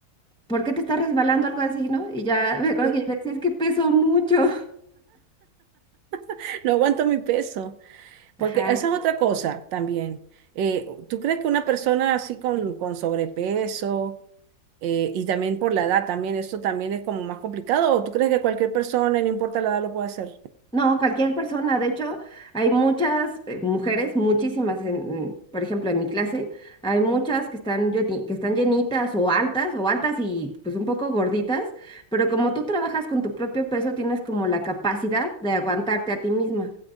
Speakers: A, in the centre; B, on the right.
A: por qué te estás resbalando? Algo así, ¿no? Y ya me acuerdo
B: sí.
A: que yo le decía, es que peso mucho.
B: <laughs> No aguanto mi peso, porque
A: <laughs> Ajá.
B: esa es otra cosa también. Eh, ¿tú crees que una persona así con, con sobrepeso... Eh, y también por la edad, también esto también es como más complicado. ¿O tú crees que cualquier persona, no importa la edad, lo puede hacer?
A: No, cualquier persona. De hecho, hay muchas eh, mujeres, muchísimas, en, por ejemplo, en mi clase, hay muchas que están, lleni- que están llenitas o altas, o altas y pues un poco gorditas, pero como tú trabajas con tu propio peso, tienes como la capacidad de aguantarte a ti misma.